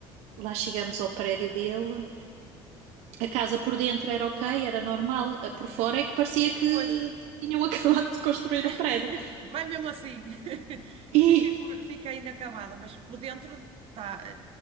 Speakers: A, on the right; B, on the right.
A: lá chegamos ao prédio dele. A casa por dentro era ok, era normal.
B: Ok.
A: A por fora é que parecia que
B: Pois,
A: tinham <laughs> acabado de construir
B: <laughs>
A: o prédio.
B: vai mesmo assim. <laughs>
A: E
B: Fica, co- fica inacabada, mas por dentro está